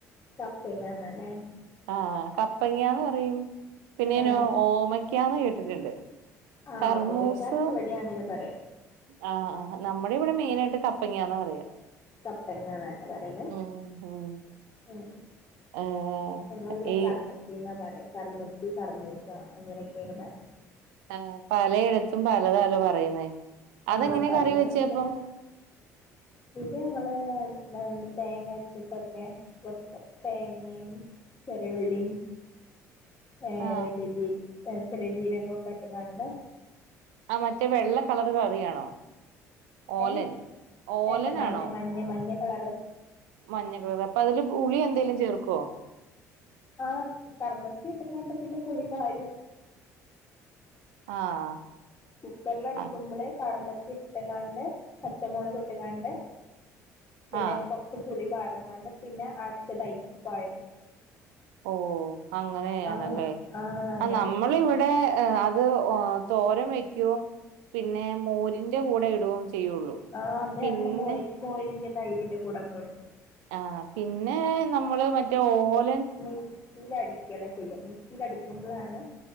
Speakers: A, on the left; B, on the right.
A: കപ്പങ്ങ്യാന്ന് ലെ.
B: ആഹ് കപ്പങ്ങ്യാന്ന് പറയും പിന്നെ
A: ഏഹ്
B: ഞാൻ ഓമക്ക്യാന്ന് കേട്ടിട്ടുണ്ട്.
A: ആഹ്
B: കർമൂസ്
A: ഓമക്കാന്ന് ഇവിടെയാ അങ്ങനെ പറയാ.
B: ആഹ് ആ് നമ്മുടെ ഇവിടെ മൈനായിട്ട് കപ്പങ്ങ്യാന്ന് പറയാ.
A: കപ്പങ്ങന്നല്ലേ പറ്യൽ
B: ഉം ഉം
A: ഉം.
B: ഏഹ്
A: ഞങ്ങളിവിടെ
B: ഈ
A: കർമ്മത്തിന്നാ പറയാ കർമ്മത്തി, കർമൂസ, അങ്ങനെയൊക്കെയാണ് പറയാ.
B: ആ പലയിടത്തും പലതലോ പറയുന്നേ അതെങ്ങനൊ
A: ആ പലതരത്തിലുള്ള
B: കറി വെച്ചപ്പം.
A: ഇത് ഞങ്ങള് തേങ്ങ അരച്ചിട്ടൊക്കെ. വെക്കും തേങ്ങയും ചെറിയുള്ളിയും. ഏഹ്
B: ആഹ്
A: വലിയജീര ഏ ചെറിയ ജീരകൊക്കെ ഇട്ട് ങ്ങാണ്ട്.
B: ആ മറ്റേ വെള്ള കളറ് കറിയാണോ? ഓലൻ
A: ഏഹ്
B: ഓലനാണോ?
A: അല്ല മഞ്ഞ മഞ്ഞ മഞ്ഞ കളറ്
B: മഞ്ഞകളറ് അപ്പൊ അതില് പുളി എന്തേലും ചേർക്കോ?
A: ആ കർമ്മത്തി ഇട്ട്കാണ്ട് പിന്നെ പുളി പാരും.
B: ആഹ്.
A: കുക്കറൽടിക്കുമ്പള്
B: ആഹ്
A: കർമത്തി ഇട്ട്ങ്ങാണ്ട് പച്ചമൊളക് ഇട്ട്കാണ്ട്. പിന്നെ
B: ആഹ്
A: കൊർച്ച് പുളി പാർന്ന്കാണ്ട് പിന്നെ അര്ച്ചതൈക് പാരും.
B: ഓഹ് അങ്ങനെയാണ്ല്ലേ
A: ആഹ് ആഹ് അങ്ങനെ
B: ആ നമ്മളിവിടെ. അത് ഹ് തോരം വയ്ക്ക്യും പിന്നെ മോരിന്റെ കൂടെ ഇടുകയും ചെയ്യുള്ളൂ.
A: ആ ഇത് ഞങ്ങൾ
B: പിന്നെ
A: മോരിന്റെ തൈരിന്റെ കൂടെക്കെടും.
B: ആഹ് പിന്നെ നമ്മള് മറ്റേ ഓലൻ.
A: മിക്സീൽ അടിക്കലാ. ചെയ്യ മിക്സീലടിക്കുമ്പോളാണ്